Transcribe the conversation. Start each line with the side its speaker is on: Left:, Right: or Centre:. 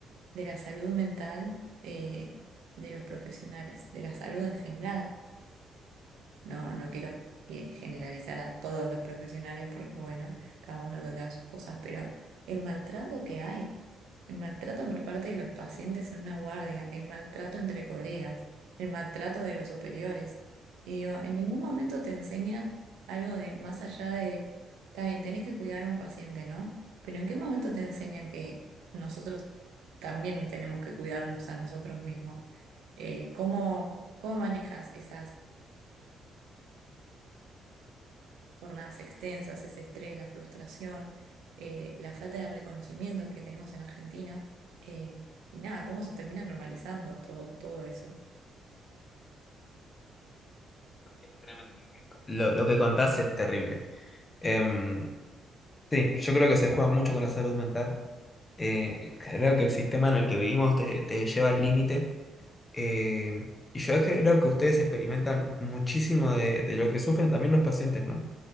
Right: de la salud mental eh, de los profesionales, de la salud en general? No, no quiero eh, generalizar a todos los profesionales porque, bueno, cada uno tendrá sus cosas, pero el maltrato que hay, el maltrato por parte de los pacientes en una guardia, el maltrato entre colegas, el maltrato de los superiores. Y digo, en ningún momento te enseñan algo de más allá de, está bien, tenés que cuidar a un paciente, ¿no? Pero ¿en qué momento te enseñan que nosotros también tenemos que cuidarnos a nosotros mismos? Eh, ¿cómo, cómo manejas esas jornadas extensas, ese estrés, la frustración, eh, la falta de reconocimiento que tenemos en Argentina. eh, y nada, cómo se termina normalizando todo, todo eso.
Left: Es tremendo lo que- Lo, lo que contás es terrible. Em, sí, yo creo que se juega mucho con la salud mental. Eh, creo que el sistema en el que vivimos te, te lleva al límite. Eh, y yo creo que ustedes experimentan muchísimo de, de lo que sufren también los pacientes, ¿no?